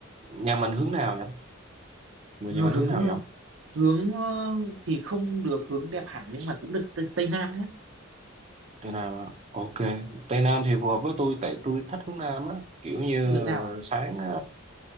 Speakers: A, on the right; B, on the right.
A: nhà mình hướng nào vậy người nhà mình
B: hướng
A: hướng nào vậy
B: hướng ờ, thì không được hướng đẹp hẳn nhưng mà cũng được tây, tây nam nhé
A: Tây Nam á. ok Tây Nam thì phù hợp với tôi tại tôi thích hướng Nam á kiểu như
B: đi hướng nào à?
A: sáng ờ,